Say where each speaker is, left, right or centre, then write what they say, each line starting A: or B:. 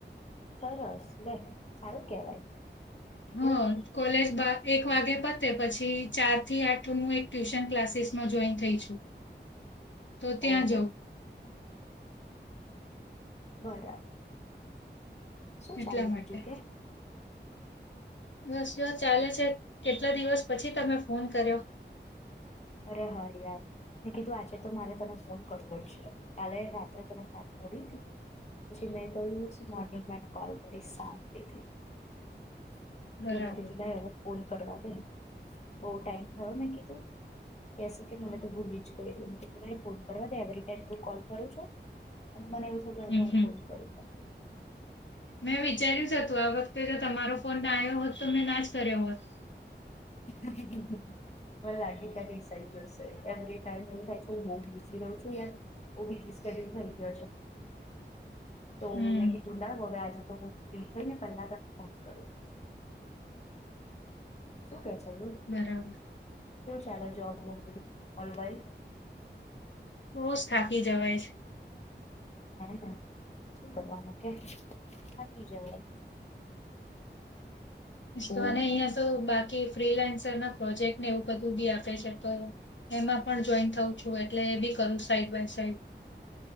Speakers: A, on the left; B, on the left.
A: સરસ લે સારું કેવાય.
B: હ
A: ગુડ
B: કોલેજ બા એક વાગે પતે પછી ચાર થી આઠ નું એક ટ્યુશન ક્લાસીસમાં જોઈન થઈ છું.
A: <inaudible>
B: તો ત્યાં
A: ઓહો
B: જઉ
A: બરાબર શું
B: એટલા
A: ચાલે
B: માટે
A: બીજું કે.
B: બસ જો ચાલે છે કેટલા દિવસ પછી તમે ફોન કર્યો
A: અરે હા યાર મે કીધું આજે તો મારે તને ફોન કરવો જ છે કાલે રાત્રે તને વાત કરી હતી પછી મે કહ્યું મોર્નિંગ માં કોલ કરીસ શાંતિથી. એટલે
B: બરાબર
A: મેં કીધું લઇ અવે ફોન કરવા દે બહુ ટાઈમ થયો મેં કીધું. કહેસે કે મને તો ભૂલી જ ગઈ એટલે ફોન કરવા દે એવરી ટાઈમ ત કોલ કરું છો. અને મને એવું થયું કે આજે
B: હમ
A: હું
B: હમ
A: ફોન કરું તને.
B: મેં વિચાર્યું જ હતું આ વખતે જો તમારો ફોન ના આયો હોત તો મેં ના જ કર્યો હોત.
A: <unintelligible> માને લાગ્યું <unintelligible> જશે એવરી ટાઈમ હું બહુ બીઝી રહું છું યાર. બો બીજી સ્ટડી થઈ ગયો છે તો
B: હમ
A: મેં કીધું લાવ હવે આજે તો હું ફ્રી થઈ ને પન્ના ફોન કરું શું કે છે બોલો.
B: બરાબર.
A: શું ચાલે જોબ બોબ બધુ ઓનલાઈન
B: બહુ જ થાકી જવાય છે.
A: <unintelligible> શું કરવાનું કે થાકી જવાય.
B: તને અહિયાં તો બાકી ફ્રીલાન્સર ના પ્રોજેક્ટ એવું બધું બી આપે તો? એમાં પણ જોઈન્ટ થઉ છું એટલે એ બી કરું સાઈડ બાય સાઈડ.